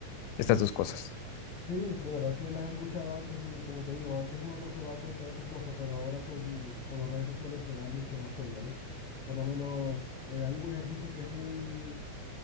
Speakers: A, on the left; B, on the left.
A: estas dos cosas.
B: Sí, de verdad que las he escuchado antes y como te digo, antes uno no se da cuenta de esta cosa, pero ahora con, con las redes sociales se da mucho más cuenta, ¿no? Por lo menos eh, hay un ejercicio que es muy,